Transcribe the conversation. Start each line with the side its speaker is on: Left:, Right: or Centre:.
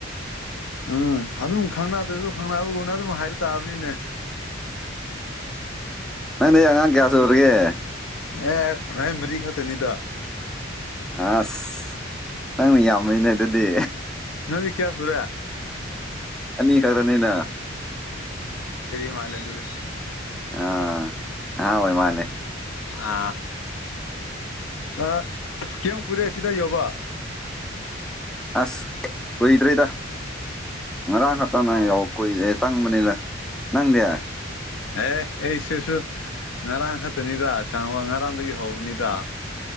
Left: ꯎꯝ ꯑꯗꯨꯝ ꯈꯪꯅꯗ꯭ꯔꯁꯨ ꯈꯪꯅꯕꯒꯨꯝꯅ ꯑꯗꯨꯝ ꯍꯥꯏ ꯇꯥꯕꯤꯅꯦ
Centre: ꯅꯅꯦ ꯌꯥꯉꯥꯡ ꯀꯌꯥꯁꯔꯒꯦ
Left: ꯑꯦ ꯃꯥꯏ ꯃꯔꯤ ꯈ ꯇꯅꯤꯗꯣ
Centre: ꯑꯁ ꯅꯪꯅ ꯌꯥꯝꯃꯅꯦ ꯑꯗꯨꯗꯤ
Left: ꯅꯪꯗꯤ ꯀꯌꯥ ꯁꯨꯔꯦ ꯑ
Centre: ꯑꯅꯤ ꯈꯛꯇꯅꯤꯅ
Left: ꯃꯥꯂꯦ ꯑꯗꯨꯗꯦ
Centre: ꯑꯥ ꯑ ꯑꯣꯏꯣꯏ ꯃꯥꯅꯦ
Left: ꯑ ꯑ ꯀꯝ ꯀꯔ ꯁꯤꯗ ꯌꯣꯕꯥ
Centre: ꯑꯁ ꯀꯨꯏꯗ꯭ꯔꯔꯤꯗ ꯉꯥꯡ ꯈꯛꯇꯅ
Left: ꯑꯣ
Centre: ꯌꯥꯎ ꯀꯨꯏꯔꯦ ꯇꯪꯕꯅꯤꯗ ꯅꯪꯗꯦ
Left: ꯑꯦꯦ ꯑꯩ ꯁꯤꯁꯨ ꯉꯔꯥꯡ ꯈꯛꯇꯅꯤꯗ ꯆꯪꯕ ꯉꯔꯥꯡꯗꯒꯤ ꯍꯧꯕꯅꯤꯗ